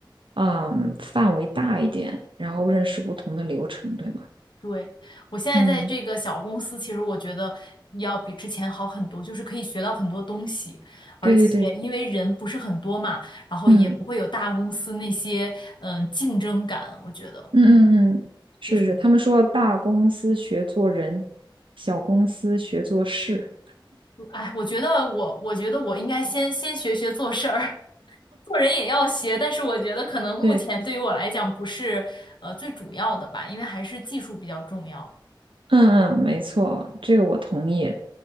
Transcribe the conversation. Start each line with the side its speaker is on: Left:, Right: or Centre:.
Right: 嗯，范围大一点，然后认识不同的流程，对吗？
Left: 对，我现在在这个小公司，
Right: 嗯，
Left: 其实我觉得要比之前好很多，就是可以学到很多东西，而且因为人不是很多嘛，
Right: 对对对，
Left: 然后也不会有大公司那些嗯竞争感，
Right: 嗯
Left: 我觉得
Right: 嗯嗯嗯，是是，
Left: 就是，
Right: 他们说大公司学做人，小公司学做事。
Left: 嗯哎，我觉得我我觉得我应该先先学学做事儿，<laughs> 做人也要学，但是我觉得可能目前对于我来讲不是呃最主要的吧，
Right: 对。
Left: 因为还是技术比较重要。
Right: 嗯嗯，没错，这个我同意。